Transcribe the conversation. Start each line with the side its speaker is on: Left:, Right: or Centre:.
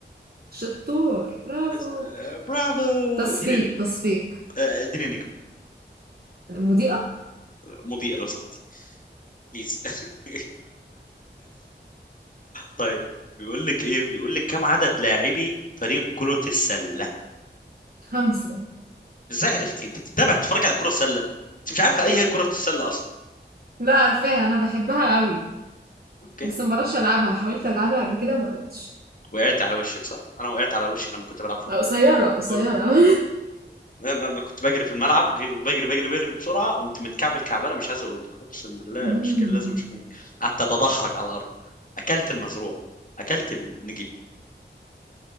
Right: شطور برافو
Left: آه، برافو
Right: تصفيق
Left: اديني نجم
Right: تصفيق
Left: آه، اديني نجم
Right: المضيئة
Left: مضيئة لو سمحت بليز <laughs> طيب بيقول لك ايه بيقول لك كم عدد لاعبي فريق كرة السلة
Right: خمسة
Left: ازاي عرفتي انت بتتابع تتفرج على كرة سلة انت مش عارفة اي هي كرة السلة اصلا
Right: لا عارفاها انا بحبها قوي
Left: اوكي
Right: بس ما بعرفش العبها حاولت العبها قبل كده ما عرفتش
Left: وقعت على وشك صح انا وقعت على وشي لما كنت بلعب فوتبول
Right: قصيرة قصيرة
Left: كرة انا أنا كنت بجري في الملعب ج- بجري بجري بجري بسرعة قمت متكعبل كعبلة مش عايز اقول لك اقسم بالله
Right: <laughs> مم.
Left: مش كان لازم تشوفيني قعدت اتدحرج على الارض اكلت المزروع اكلت النجيل